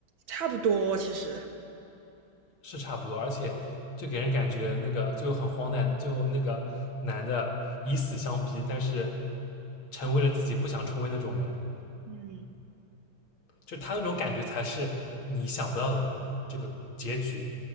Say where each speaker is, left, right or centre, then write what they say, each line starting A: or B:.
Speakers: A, on the right (about 70°); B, on the left (about 70°).
A: 差不多其实。
B: 是差不多，而且就给人感觉那个最后很荒诞，最后那个男的以死相逼，但是成为了自己不想成为那种人，
A: 嗯，
B: 就他那种感觉才是你想不到的这个结局，